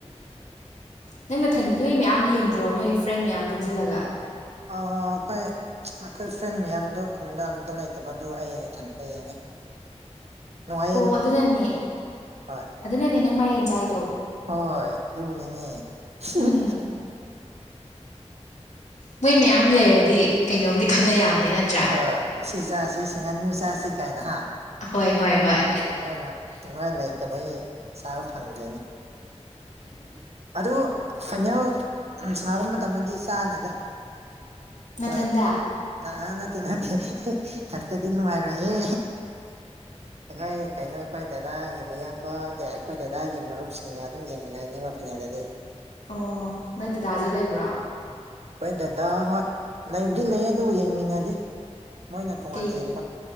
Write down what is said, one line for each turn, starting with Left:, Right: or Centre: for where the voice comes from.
Left: ꯅꯪ ꯅꯊꯟ ꯅꯣꯏ ꯃꯌꯥꯝ ꯌꯦꯡꯗ꯭ꯔꯣ ꯅꯣꯏ ꯐ꯭ꯔꯦꯟ ꯃꯌꯥꯝ ꯄꯨꯟꯖꯜꯂꯒ
Right: ꯑ ꯑꯩ ꯑꯩꯈꯣꯏ ꯐ꯭ꯔꯦꯟ ꯃꯌꯥꯝꯗꯣ ꯈꯨꯟꯗ ꯑꯝꯇ ꯂꯩꯇꯕꯗꯨ ꯑꯩ ꯏꯊꯟꯇ ꯌꯦꯡꯉꯦ ꯅꯨꯡꯉꯥꯏꯌꯦ
Left: ꯑꯣ
Right: ꯑꯗꯨꯝ
Left: ꯑꯗꯨꯅꯅꯦ
Right: ꯍꯣꯏ
Left: ꯑꯗꯨꯅꯅꯦ ꯅꯪ ꯃꯥꯏꯔꯦꯟ ꯆꯥꯏꯗꯣ
Right: ꯍꯣꯏ ꯗꯨ ꯅꯤꯅꯤ ꯍꯝ
Left: ꯎꯝ ꯃꯣꯏ ꯃꯌꯥꯝ ꯂꯩꯔꯗꯤ ꯀꯩꯅꯣꯝꯗꯤ ꯈꯟꯅ ꯌꯥꯕꯅꯦ ꯅꯠꯇ꯭ꯔꯥ
Right: ꯍꯣꯏ ꯑꯁꯤ ꯆꯥꯥꯁꯤ ꯁꯤ ꯉꯥꯅꯨ ꯆꯥꯁꯤ ꯀꯥꯏꯅ ꯍꯥ
Left: ꯍꯣꯏ ꯍꯣꯏ ꯍꯣꯏ
Right: ꯃꯣꯏꯅ ꯅꯣꯏ ꯂꯩꯇꯕꯩ ꯆꯥꯕ ꯐꯪꯗꯤꯅꯤ ꯑꯗꯨ ꯐꯥꯏꯅꯦꯜ ꯁꯥꯕ ꯃꯇꯝꯗꯗꯤ ꯆꯥꯅꯤꯗ ꯑꯩꯈꯣꯏ
Left: ꯅꯊꯟꯗ
Right: ꯅ ꯑꯥ ꯅꯠꯇꯦ ꯅꯠꯇꯦ ꯏꯊꯟꯇꯗꯤ ꯅꯨꯡꯉꯥꯏꯔꯣꯏꯍꯦ ꯑꯩꯈꯣꯏ ꯀꯩꯅꯣ ꯈꯣꯏ ꯗꯗꯥꯒꯤ ꯃꯌꯥꯝꯕ ꯑꯦ ꯑꯩꯈꯣꯏ ꯗꯗꯥꯒꯤ ꯃꯔꯨꯞꯁꯤꯡꯒ ꯑꯗꯨꯝ ꯌꯦꯡꯃꯤꯟꯅꯒꯅꯤꯕ ꯗꯗꯤ
Left: ꯑꯣ ꯅꯣꯏ ꯗꯗꯥꯖꯨ ꯂꯩꯕ꯭ꯔꯣ
Right: ꯑꯩꯈꯣꯏ ꯗꯗꯥ ꯍꯣꯏ ꯂꯩꯕꯨꯗꯤ ꯂꯩꯌꯦ ꯑꯗꯨ ꯌꯦꯡꯃꯤꯟꯅꯗꯦ ꯃꯣꯏꯅ ꯇꯣꯉꯥꯟꯅ
Left: ꯀꯩ
Right: ꯌꯦꯡꯕ